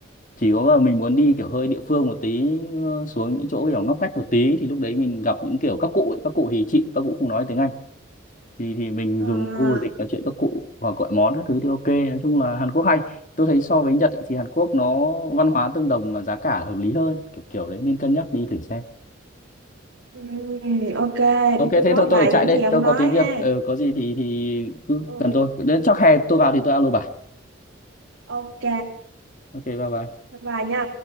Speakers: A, on the left; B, on the right.
A: chỉ có là mình muốn đi kiểu hơi địa phương một tí ờ, xuống những chỗ kiểu ngóc ngách một tí thì lúc đấy mình gặp những kiểu các cụ ấy. các cụ thì chị các cụ không nói tiếng Anh thì thì mình
B: à,
A: dùng Google dịch nói chuyện các cụ hoặc gọi món các thứ thì ok nói chung là Hàn Quốc hay tôi thấy so với Nhật ấy, thì Hàn Quốc nó văn hóa tương đồng mà giá cả hợp lý hơn kiểu kiểu đấy nên cân nhắc đi thử xem
B: ừm, ok
A: Ok
B: tôi
A: thế
B: nốt
A: thôi
B: lại
A: tôi phải chạy
B: những
A: đây
B: gì ông
A: tôi
B: nói
A: có tí việc
B: ha
A: ừ, có gì thì thì cứ
B: ừ
A: cần tôi đến chắc hè tôi vào thì tôi alo bà
B: ok
A: ok bye bye
B: bye bye nha